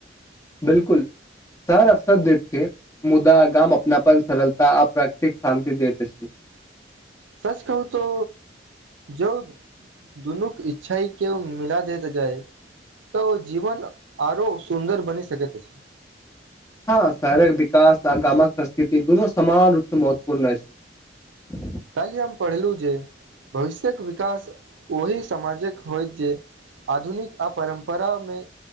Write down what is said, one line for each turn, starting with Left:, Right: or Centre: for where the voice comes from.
Left: बिलकुल शहर अवसर दैत छै मुदा गाम अपनापन सरलता आ प्राकृतिक शान्ति दैत अछि <inaudible>
Right: सच कहू तो जौ दुनूके इच्छा है केओ मिला दैत जाय तऽ जीवन आरो सुन्दर बनि सकत अछि
Left: हँ शहरक विकास आ गामक संस्कृति दुनू समान रूप से महत्वपूर्ण अछि <inaudible>
Right: काल्हि हम पढ़लू जे भविष्य्यक विकास ओही समाजक होय जे आधुनिक आ परम्परामे